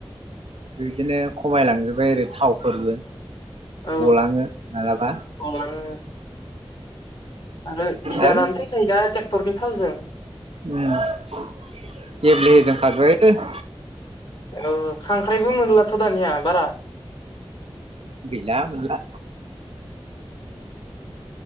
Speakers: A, on the right; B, on the left.
A: बिदिनो खमायलांजोबबाय आरो थावफोरजों
B: औ
A: गलाङो मालाबा।
B: गलाङो आरो बिदानानो
A: आरो
B: थैखायो ना क्टरनि फालजों।
A: उम। गेब्ले
B: उम
A: होजोब खाद्रायोलै। <inaudible>
B: औ खांख्राइबो मोनलाथ दानिया बारा।
A: गैला मोनला।